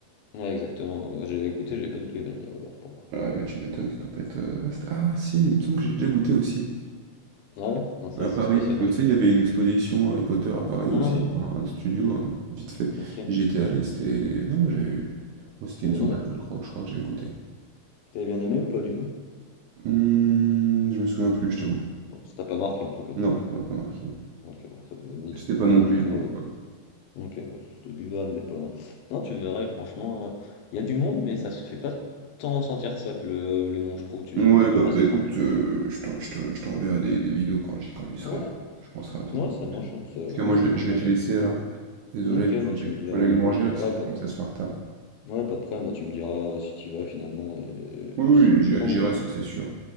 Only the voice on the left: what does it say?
Ouais, exactement, Ouais, j'ai goûté, j'ai pas du tout aimé la bière au beurre, pour le coup.
Ah ouais, non, c'est
assez
spécial,
moi,
je
trouve.
Ah,
t'as-
ok,
t'as
bien
aimé?
T'avais bien aimé ou pas du tout?
Bon, ça t'a pas marqué en tout cas.
Donc euh, bon, ça devait être ni
trop
bon
ni trop
mauvais.
Donc euh, c'était buvable, mais pas. Non, tu verrais, franchement, euh, il y a du monde, mais ça se fait pas tant ressentir ça que le, euh, le monde, je trouve. Tu
t'es quand
même assez
tranquille.
Ouais,
ouais,
ça marche,
hein, ça,
ça
me rappellera
quelque
chose. Ok,
bah
tu
me diras.
Ouais,
pas
de, ouais, pas de problème, bah tu me diras euh, si tu vas finalement et
euh, si oui,
quand.